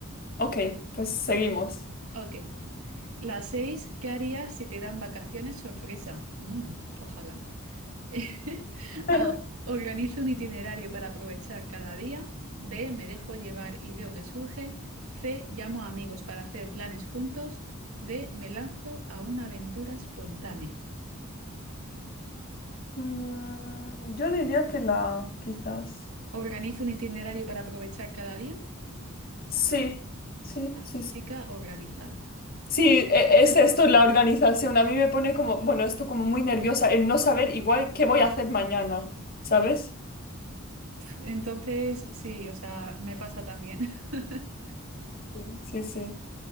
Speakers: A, on the left (about 45°); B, on the right (about 85°).
A: Ok, pues seguimos.
B: Ok. La seis, ¿qué harías si te dan vacaciones sorpresa? Mm, ojalá. <laughs>
A: <laughs>
B: A, organizo un itinerario para aprovechar cada día. B, me dejo llevar y veo que surge. C, llamo a amigos para hacer planes juntos. D, me lanzo a una aventura espontánea.
A: Mm, yo diría que la, quizás.
B: ¿Organizo un itinerario para aprovechar cada día?
A: Sí, sí,
B: Vale,
A: sí, sí.
B: chica organizada.
A: Sí, e- es esto la organización. A mí me pone como, bueno, esto como muy nerviosa, el no saber igual qué voy a hacer mañana, ¿sabes?
B: Entonces, sí, o sea, me pasa también. <laughs>
A: Sí, sí. sí.